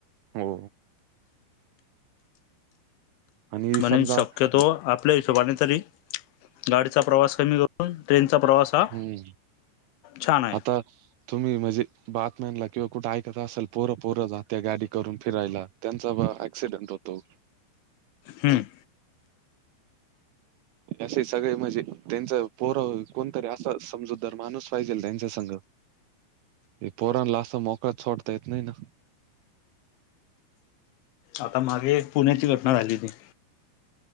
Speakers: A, on the right; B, on the left.
A: हो. आणि
B: म्हणे
A: समजा
B: शक्यतो
A: ज-
B: आपल्या हिशोबाने तरी गाडीचा प्रवास कमी करत. न ट्रेनचा प्रवास हा
A: हम्म
B: छान आहे.
A: <unintelligible> तुम्ही म्हणजे बातम्यांनला किंवा कुठे ऐकत असाल पोरं पोरं जात्या गाडी करून फिरायला. त्यांचा बा ॲक्सिडेंट होतो.
B: हम.
A: असे सगळे म्हणजे त्यांचा पोरा हो. कोणतरी असं समजूतदार माणूस पाहिजेल त्यांच्या संग पोरांला असं मोकाट सोडता येत नाही ना
B: आता मागे एक पुण्याची घटना झाली होती